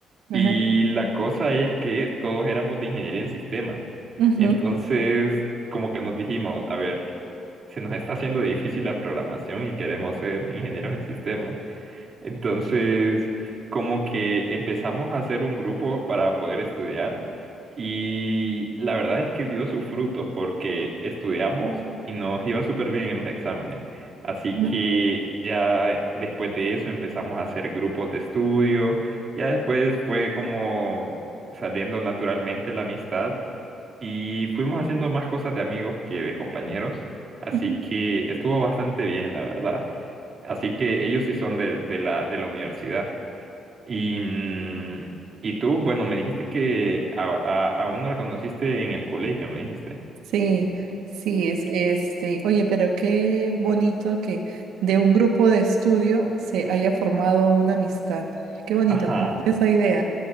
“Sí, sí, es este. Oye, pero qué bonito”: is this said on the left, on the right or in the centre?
Right